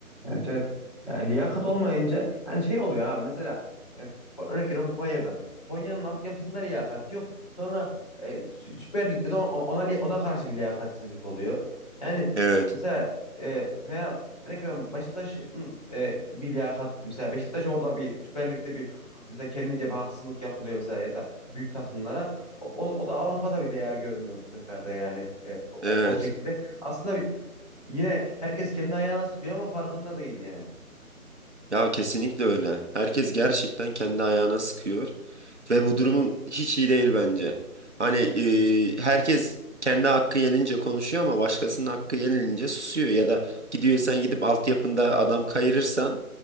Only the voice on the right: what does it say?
Evet.
Evet.
Ya kesinlikle öyle. Herkes gerçekten kendi ayağına sıkıyor. Ve bu durumun hiç iyi değil bence. Hani e, herkes kendi hakkı yenince konuşuyor ama başkasının hakkı yenilince susuyor. Ya da gidiyorsan gidip altyapında adam kayırırsan